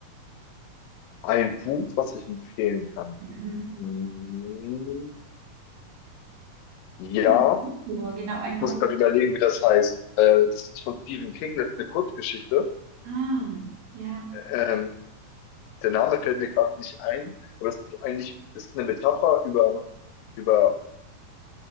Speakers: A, on the left (about 80°); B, on the right (about 85°).
A: Ein Buch, was ich empfehlen kann.
B: Mhm.
A: Mhm. Ja,
B: Oder ein Autor, genau, ein
A: ich muss
B: Autor.
A: gerade überlegen, wie das heißt. Äh, das ist von Stephen King, das ist eine Kurzgeschichte.
B: Ah, ja,
A: Ähm, der Name fällt mir gerade nicht ein, aber das ist eigentlich das ist eine Metapher über, über